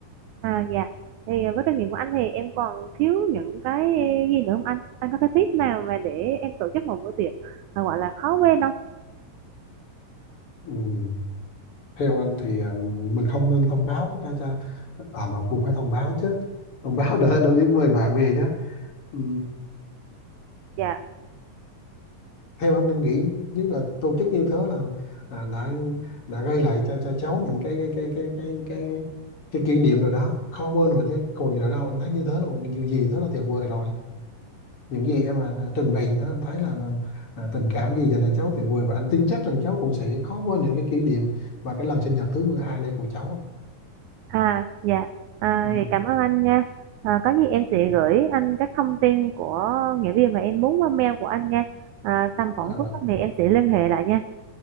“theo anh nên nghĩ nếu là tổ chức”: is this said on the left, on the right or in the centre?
Left